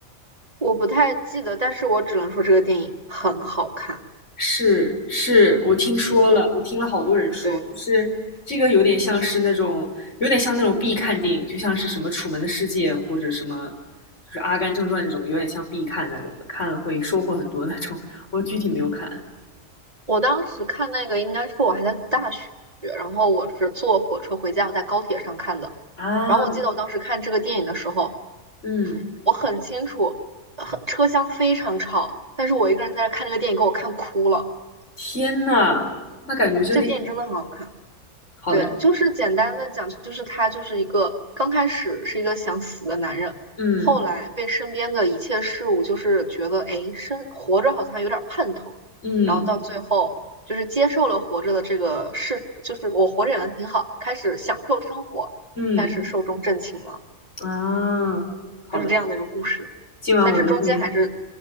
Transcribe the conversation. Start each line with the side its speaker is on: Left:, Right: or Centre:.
Right: 我不太记得，但是我只能说这个电影很好看。
Left: 是是，我听说了，
Right: 对
Left: 我听了好多人说，
Right: 对，
Left: 就是这个有点像是那种有点像那种必看电影，就像是什么《楚门的世界》或者什么就是《阿甘正传》这种，有点像必看那种的，看了会收获很多那种。我具体没有看。
Right: 我当时看那个应该是我还在读大学，然后我是坐火车回家，我在高铁上看的。
Left: 啊，
Right: 然后我记得我当时看这个电影的时候，
Left: 嗯，
Right: 我很清楚，呃车厢非常吵，但是我一个人在那看这个电影，给我看哭了。
Left: 天呐，那感觉这个电影
Right: 这个电影真的很好看。
Left: 好的，
Right: 对，就是简单的讲，就是他就是一个刚开始是一个想死的男人，
Left: 嗯
Right: 后来被身边的一切事物就是觉得，哎，生活着好像还有点盼头，
Left: 嗯
Right: 然后到最后就是接受了活着的这个事实，就是我活着也能挺好，开始享受生活，
Left: 嗯
Right: 但是寿终正寝了，
Left: 啊，好的，
Right: 就是这样的一个故事，
Left: 今晚我就会，
Right: 但是中间还是